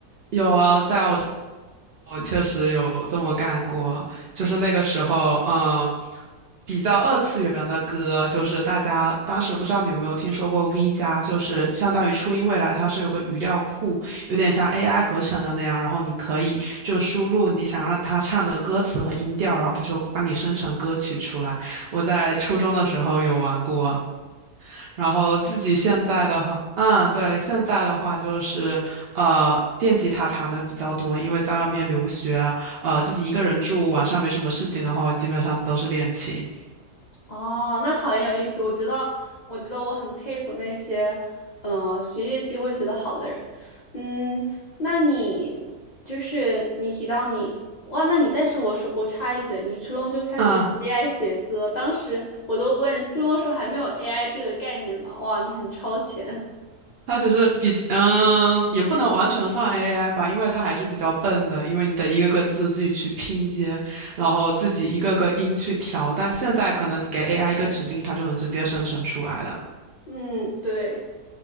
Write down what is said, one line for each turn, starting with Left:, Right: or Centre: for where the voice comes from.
Right: 有啊，在我我确实有这么干过，就是那个时候，嗯，比较二次元的歌，就是大家当时不知道你有没有听说过 V 加，就是相当于初音未来，它是有个语料库，有点像 AI 合成的那样，然后你可以就输入你想让它唱的歌词和音调，然后它就帮你生成歌曲出来。我在初中的时候有玩过，然后自己现在的话，嗯，对，现在的话就是，呃，电吉他弹的比较多，因为在外面留学，呃，自己一个人住，晚上没什么事情的话，我基本上都是练琴。
Left: 哦，那很有意思。我觉得，我觉得我很佩服那些，呃，学业机会学得好的人。嗯，那你就是你提到你，哇，那你，但是我说我插一嘴，你初中就开始用
Right: 嗯，
Left: AI 写歌，当时我都问，你初中的时候还没有 AI 这个概念嘛？哇，你很超前。
Right: 它只是比，嗯，也不能完全算 AI 吧，因为它还是比较笨的，因为你得一个个字自己去拼接，然后自己一个个音去调。但现在可能你给 AI 一个指令，它就能直接生成出来了。
Left: <laughs> 嗯，对。